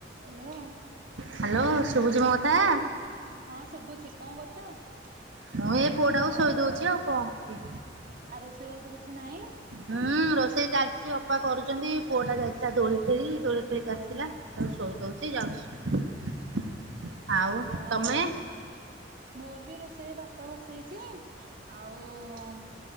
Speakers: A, on the right; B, on the right.
A: Hello.
B: Hello ସଭୁଜି ମୋ ଗଥ କା
A: ହଁ ଶୁଭୁଛି କଣ କରୁଚଁ?
B: ମୁଁ ଏଇ ପୁଅଟାକୁ ଶୋଇ ଦଉଛି ଆଉ କଣ କରି
A: ଆଉ ରୋଷେଇବାସ କିଛି ନାହିଁ?
B: ହୁଁ ରୋଷେଇ ଚାଲ୍ ଅପା କରୁଛନ୍ତି ପୁଅ ଟା ଯାଇଥିଲା ଦୋଳି ଖେଳି ଦୋଳି ଖେଳିକି ଆସିଲା ତାକୁ ଶୋଇ ଦଉଛି ଯାଉଛି। ଆଉ
A: ହଁ
B: ତମେ
A: ହଉ ମୋର ବି ରୋଷେଇ ଭାତ ବସେଇ ତେ ଆଉ ଉଁ